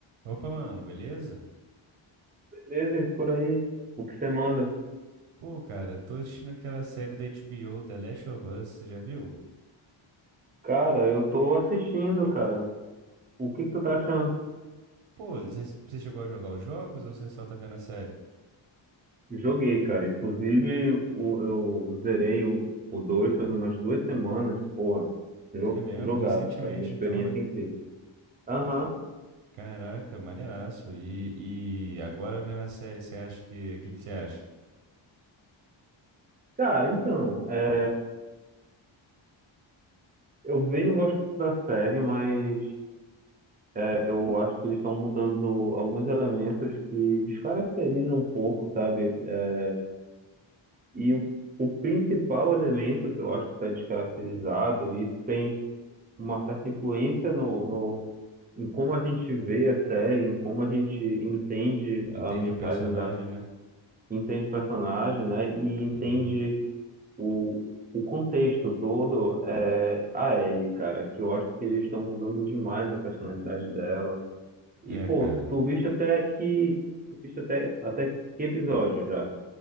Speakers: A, on the right; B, on the right.
A: Opa, mano, beleza?
B: Beleza, e por aí? O que você manda?
A: Pô, cara, eu tô assistindo aquela série da HBO, The Last of Us, você já viu?
B: Cara, eu tô assistindo, cara. O que que tu tá achando?
A: Pô, você chegou a jogar os jogos ou você só tá vendo a série?
B: Joguei, cara. Inclusive, o, eu zerei o, o 2 faz umas duas semanas. Porra, jo,
A: É mesmo,
B: jogaço,
A: recentemente
B: cara. Uma experiência
A: então, né?
B: incrível. Aham.
A: Caraca, maneiraço. E, e agora vendo a série, você acha que... O que que você acha?
B: Cara, então, é, eu venho gostando da série, mas é, eu acho que eles estão mudando alguns elementos que descaracterizam um pouco, sabe? É, E o, o principal elemento que eu acho que está descaracterizado, e tem uma certa influência no, no, em como a gente vê a série, em como a gente entende
A: Entende
B: a mensagem
A: o personagem,
B: da,
A: né?
B: entende o personagem, né? E entende
A: Uhum.
B: o, o contexto todo é a Ellie, cara, que eu acho que eles estão mudando demais a personalidade dela. E,
A: É,
B: pô,
A: cara.
B: tu viste até que, tu viste até, até que episódio já?